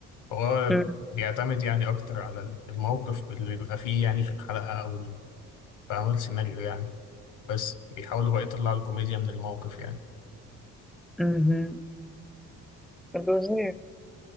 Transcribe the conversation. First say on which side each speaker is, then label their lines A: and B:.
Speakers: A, on the left; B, in the centre.
A: فهو
B: أم-
A: بيعتمد يعني أكتر على الموقف اللي بيبقى فيه يعني في الحلقة أو بعمل سيناريو يعني بس بيحاولوا بقى يطلعوا الكوميديا من الموقف يعني
B: أمم. الوزير